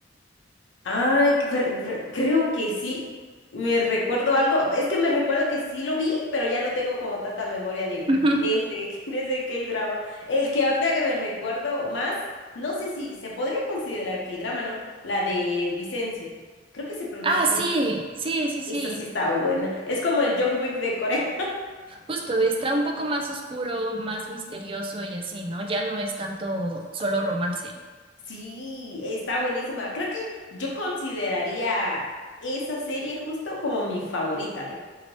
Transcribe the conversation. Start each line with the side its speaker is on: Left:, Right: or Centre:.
Left: ay, que- pero- pero creo que sí. Me recuerdo algo, es que me recuerdo que sí lo vi, pero ya no tengo como tanta memoria de,
Right: Ujú.
Left: de ese, <laughs> de ese K-drama. El que ahorita que me recuerdo más, no sé si se podría considerar K-drama, ¿no? La de Vicencio. Creo que se pronuncia
Right: Ah,
Left: así,
Right: sí,
Left: ¿no?
Right: sí, sí, sí.
Left: Esa sí está buena. Es como el John Wick de Corea. <laughs>
Right: Justo, está un poco más oscuro, más misterioso y así, ¿no? Ya no es tanto solo romance.
Left: Sí, está buenísima. Creo que yo consideraría esa serie justo como mi favorita